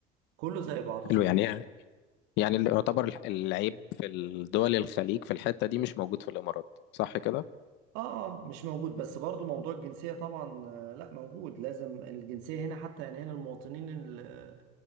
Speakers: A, on the right; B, on the left.
A: كله زي بعضه
B: حلو يعني يعني اللي يعتبر الح- العيب في الدول الخليج في الحتة دي مش موجود في الإمارات صح كده
A: اه اه مش موجود بس برضو موضوع الجنسية طبعا آه، لا موجود لازم الجنسية هنا حتى يعني هنا المواطنين ال-